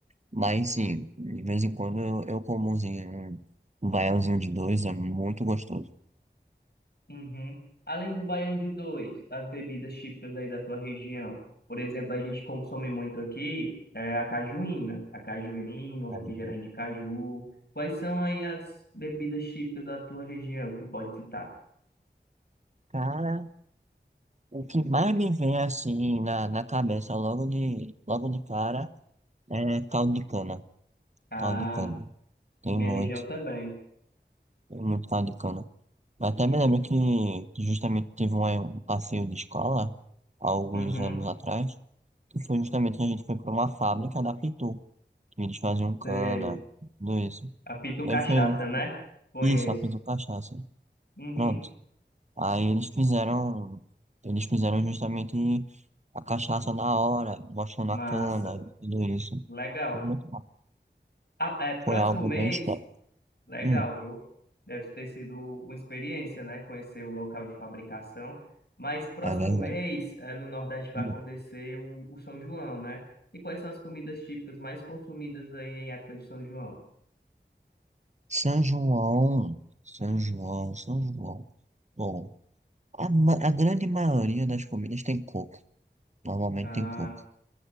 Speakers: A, on the right; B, on the left.
A: Mas sim, de vez em quando eu, eu como umzinho, um baiãozinho de dois, é muito gostoso.
B: Uhum. Além do baião de dois, as bebidas típicas aí da tua região. Por exemplo, a gente consome muito aqui é, a cajuína, a cajuína, o refrigerante
A: Aí,
B: de caju. Quais são aí as bebidas típicas da tua região que tu pode citar?
A: Cara, O que mais me vem assim na, na cabeça logo de, logo de cara é caldo de cana.
B: Ah,
A: Caldo de cana. Tem
B: a minha
A: muito,
B: região também.
A: tem muito caldo de cana. Eu até me lembro que, que justamente teve um, um passeio de escola, há alguns
B: Uhum,
A: anos atrás, que foi justamente que a gente foi para uma fábrica da Pitu, que eles faziam cana,
B: sei.
A: tudo isso.
B: A Pitu
A: E
B: Cachaça,
A: aí foi
B: né? Conheço.
A: isso, a Pitu Cachaça.
B: Uhum,
A: Pronto. Aí eles fizeram, eles fizeram justamente a cachaça na hora, mostrando
B: massa.
A: a cana, tudo isso.
B: Legal.
A: Foi muito bom.
B: Ah, é, próximo
A: Foi algo
B: mês
A: bem histórico.
B: Legal,
A: Hum,
B: viu? Deve ter sido uma experiência, né? Conhecer o local de fabricação. Mas próximo
A: é verdade.
B: mês, eh, no Nordeste, vai
A: Hum.
B: acontecer o, o São João, né? E quais são as comidas típicas mais consumidas aí em época de São João?
A: São João, São João, São João. Bom, a, ma- a grande maioria das comidas tem coco. Normalmente
B: Ah,
A: tem coco.